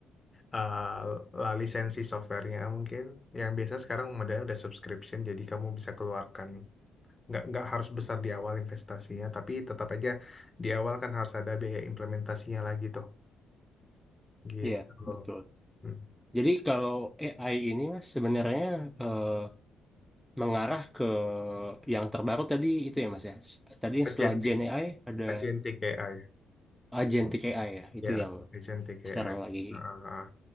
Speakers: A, on the left; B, in the centre.
A: eh, lisensi softwarenya mungkin yang biasa sekarang modelnya udah subscription jadi kamu bisa keluarkan nggak nggak harus besar di awal investasinya, tapi tetap aja di awal kan harus ada biaya implementasinya lagi tuh, gitu.
B: ya
A: loh.
B: betul
A: Hmm.
B: Jadi kalau AI ini mas sebenarnya eh, mengarah ke yang terbaru tadi itu ya mas ya. S- Tadi yang
A: Agentic,
B: setelah Gen AI ada
A: agentic AI,
B: Agentic AI ya itu
A: ya,
B: yang
A: agentic
B: sekarang
A: AI.
B: lagi.
A: Ah.